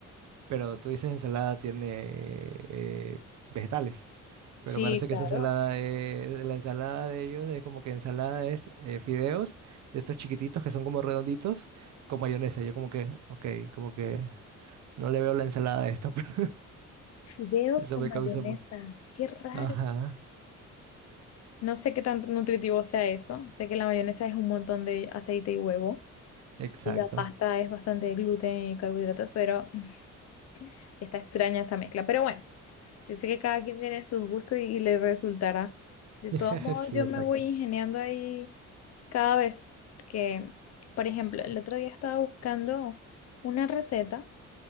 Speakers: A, on the right (about 65°); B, on the left (about 55°).
A: pero tú dices ensalada tiene eh, vegetales. Pero
B: Sí,
A: me parece que
B: claro.
A: esa ensalada, es- la ensalada de ellos es como que ensalada es eh, fideos de estos chiquititos que son como redonditos con mayonesa. Yo como que, ok, como que no le veo la ensalada a esto, <laughs> pero
B: Fideos
A: eso
B: con
A: me
B: mayonesa,
A: causa muy...
B: qué raro.
A: Ajá,
B: No sé qué tan nutritivo sea eso. Sé que la mayonesa es un montón de aceite y huevo.
A: exacto.
B: La pasta es bastante gluten y carbohidratos, pero <laughs> está extraña esta mezcla. Pero bueno, yo sé que cada quien tiene sus gustos y, y le resultará. De
A: <laughs>
B: todos modos,
A: Sí,
B: yo
A: exacto.
B: me voy ingeniando ahí cada vez. Porque, por ejemplo, el otro día estaba buscando una receta